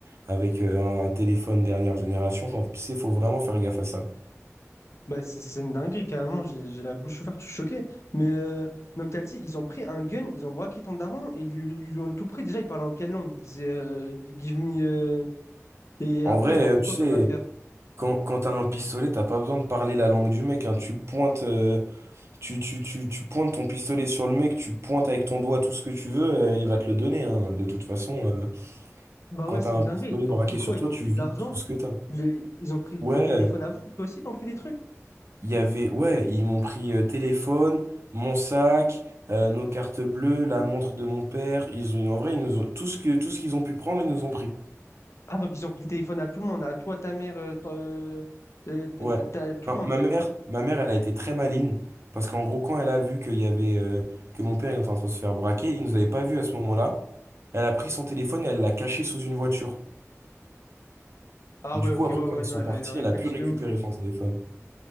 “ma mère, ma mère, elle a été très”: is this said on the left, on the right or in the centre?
Right